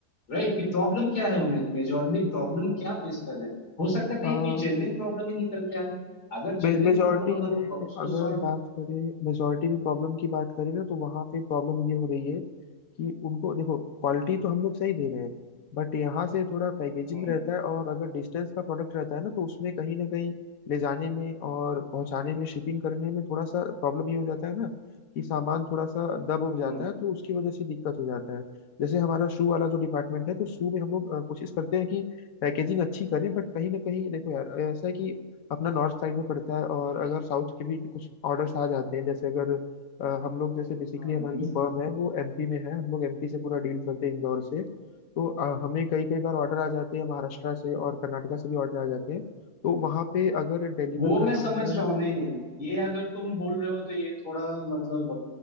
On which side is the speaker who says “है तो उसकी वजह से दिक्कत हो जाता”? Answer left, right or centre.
Left